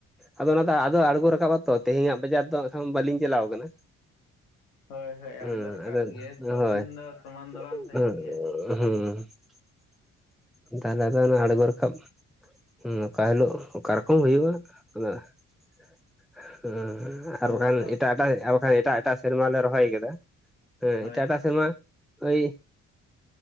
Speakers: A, in the centre; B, on the left.
A: ᱟᱫᱚ ᱚᱱᱟ ᱫᱚ ᱟᱫᱚ ᱟᱬᱜᱚ ᱨᱟᱠᱟᱵ ᱟᱛᱚ ᱛᱮᱦᱮᱧᱟᱜ ᱵᱟᱡᱟᱨ ᱫᱚ ᱦᱟᱸᱜ ᱠᱷᱟᱱ ᱵᱟᱹᱞᱤᱧ ᱪᱟᱞᱟᱣ ᱟᱠᱟᱱᱟ᱾
B: ᱦᱳᱭ ᱦᱳᱭ
A: ᱦᱩᱸ
B: ᱟᱬᱜᱚ ᱨᱟᱠᱟᱵ ᱜᱮ
A: ᱟᱫᱚ
B: ᱥᱚᱵ ᱫᱤᱱ ᱫᱚ
A: ᱦᱳᱭ
B: ᱥᱚᱢᱟᱱ ᱫᱚ ᱵᱟᱝ ᱛᱟᱦᱮᱱ
A: ᱩᱸ
B: ᱜᱮᱭᱟ
A: ᱦᱩᱸ᱾ ᱛᱟᱦᱞᱮ ᱟᱫᱚ ᱚᱱᱮ ᱟᱬᱜᱳ ᱨᱟᱠᱟᱵ ᱦᱩᱸ ᱚᱠᱟ ᱦᱤᱞᱳᱜ ᱚᱠᱟ ᱨᱚᱠᱚᱢ ᱦᱩᱭᱩᱜᱼᱟ ᱚᱱᱟ ᱦᱮᱸ
B: ᱦᱳᱭ
A: ᱟᱨ ᱵᱟᱠᱷᱟᱱ
B: ᱥᱚᱵ
A: ᱮᱴᱟᱜ ᱮᱴᱟᱜ ᱟᱨ ᱵᱟᱠᱷᱟᱱ ᱮᱴᱟᱜ ᱮᱴᱟᱜ ᱥᱮᱨᱢᱟ ᱞᱮ ᱨᱚᱦᱚᱭ ᱟᱠᱟᱫᱟ ᱦᱮᱸ
B: ᱦᱳᱭ
A: ᱮᱴᱟᱜ ᱮᱴᱟᱜ ᱥᱮᱨᱢᱟ ᱳᱭ